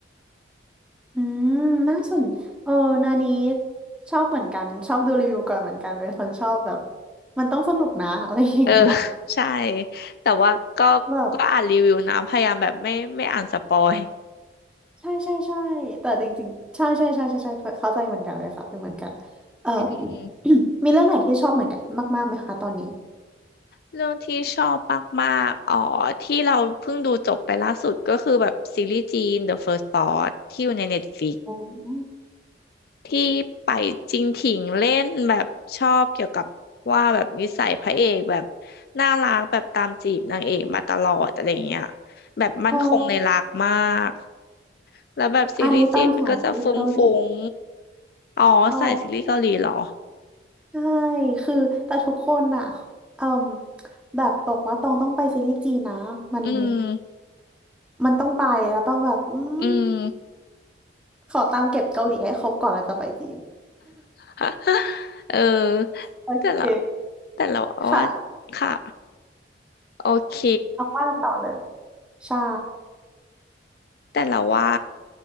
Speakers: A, in the centre; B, on the left (about 55°).
A: อืมน่าสนเอออันนี้ชอบเหมือนกัน ชอบดูรีวิวก่อนเหมือนกัน เป็นคนชอบแบบ มันต้องสนุกนะ <laughs> อะไรอย่างเงี้ย
B: เออ <laughs> ใช่แต่ว่าก็ก็อ่านรีวิวนะพยายามแบบไม่ไม่อ่านสปอย
A: แบบใช่ใช่ใช่ แต่จริงๆใช่ใช่ใช่ใช่ใช่เข้าใจเหมือนกันเลยค่ะเป็นเหมือนกันเอ่อ
B: อืม
A: <coughs> <clears throat> มีเรื่องไหนที่ชอบเหมือนกันมากๆไหมคะตอนนี้
B: เรื่องที่ชอบมากๆอ๋อที่เราเพิ่งดูจบไปล่าสุดก็คือแบบซีรีส์จีน The First Spot ที่อยู่ใน Netflix
A: อ๋อ
B: ที่ไปจริงถิงเล่นแบบชอบเกี่ยวกับว่าแบบนิสัยพระเอกแบบน่ารักแบบตามจีบนางเอกมาตลอดอะไรเงี้ยแบบมั่นคงในรักมาก
A: อ๋อ
B: แล้วแบบซีรีส์จีนมันก็จะฟุ้งฟุง
A: อันนี้ต้องสายซีรีส์เกาหลี
B: อ๋อใส่ซีรีส์เกาหลีเหรอ
A: อ๋อ ใช่คือแต่ทุกคนอ่ะเอ่มแบบบอกว่าต้องต้องไปซีรีส์จีนนะมัน
B: อืม
A: มันต้องไปแล้วต้องแบบอืม
B: อืม
A: ขอตามเก็บเกาหลีให้ครบก่อนแล้วจะไปจีน
B: <laughs> เออ
A: <laughs> โอเค
B: แต่ละแต่เราว่า
A: ค่ะ
B: ค่ะโอเค
A: เอาว่าต่อเลย ใช่
B: แต่เราว่า